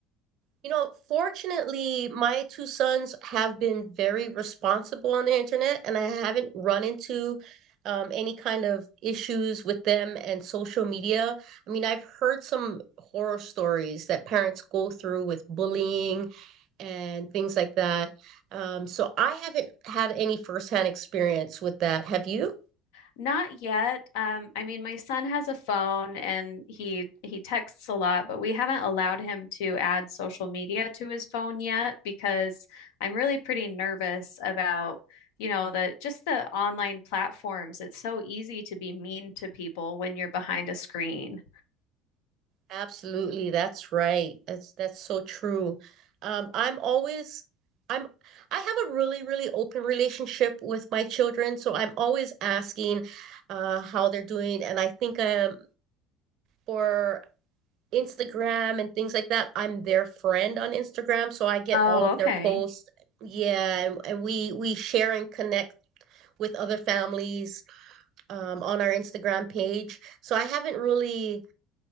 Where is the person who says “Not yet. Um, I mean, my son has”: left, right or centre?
Left